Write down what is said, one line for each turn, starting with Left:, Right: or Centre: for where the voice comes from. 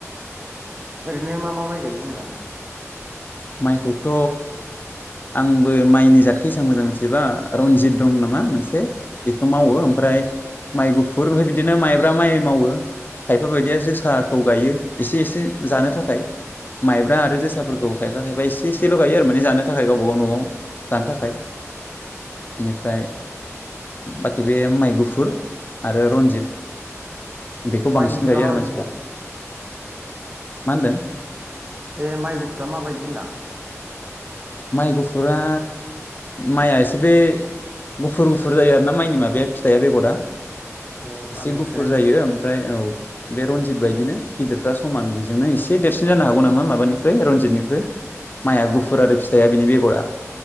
Right: ओ नो मा मा माइ गायो जेनेबा?
Left: माइखौथ' आंबो माइनि जादखो एसेबां मोजां मिथिजोबा रनजित दं नामा मोनसे बेखौ
Right: औ
Left: मावो ओमफ्राय माइ गुफुर ओमफ्राय बिदिनो माइब्रा माइ मावो खाय बेफोरबायदिया जोसाखौ
Right: औ
Left: गायो एसे एसे जानो
Right: उम
Left: थाखाय माइब्रा आरो जोसाफोरखौ खायफा खायफा एसे एसेल'गायो आरो माने जानो थाखाय गावबा गाव न'आव जानो थाखाय।
Right: <unintelligible>
Left: बेनिफ्राय बाखि बे माइ गुफुर आरो रन्जित। बेखौ
Right: माइ
Left: बांसिन
Right: गुफुरा
Left: गायो
Right: माबायदिलै
Left: आरो मानसिफ्रा। मा होनदों?
Right: ए माइ गुफुरा माबायदि होनदां?
Left: माइ गुफुरा माइआ एसे बे गुफुर-गुफुर जायो आरोना माइनि माबाया फिथाइया बेगरा।
Right: अ
Left: एसे
Right: आं नुफेराखै
Left: गुफुर जायो
Right: खिन्थु
Left: ओमफ्राय औ। बे रनजित बायदिनो गिदिरफ्रा समान बेजोंनो एसे देरसिन जानो हागौ नामा माबानिफ्राय रनजित निख्रुइ।
Right: अ
Left: माइआ गुफुर आरो फि बिनि बेगरा।